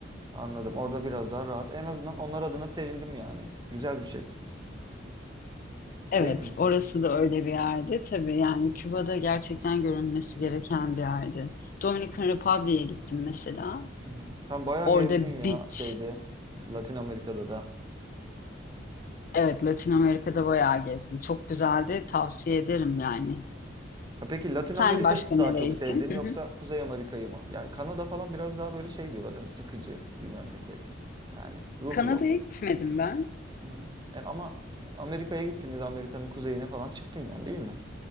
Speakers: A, on the right; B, on the left.
A: Anladım. Orada biraz daha rahat. En azından onlar adına sevindim yani. Güzel bir şey.
B: evet
A: Değil mi?
B: orası
A: Hı hı.
B: da öyle bir yerde. Tabii yani Küba'da gerçekten görülmesi gereken bir yerde. Dominican Republic'e gittim mesela.
A: Hı hı. Sen bayağı
B: Orada
A: gezdin ya
B: beach,
A: şeyde Latin Amerika'da da.
B: evet Latin Amerika'da bayağı gezdim. Çok güzeldi, tavsiye ederim yani.
A: Ya peki Latin
B: Sen
A: Amerika'yı
B: başka
A: mı
B: nereye
A: daha çok sevdin
B: gittin? Hı
A: yoksa
B: hı.
A: Kuzey Amerika'yı mı? Yani Kanada falan biraz daha böyle şey diyorlar değil mi? Sıkıcı bir memleket. Yani ruh
B: Kanada'ya
A: yok.
B: gitmedim ben.
A: Hı hı. Yani ama Amerika'ya gittin ya da Amerika'nın kuzeyine falan çıktın yani değil mi?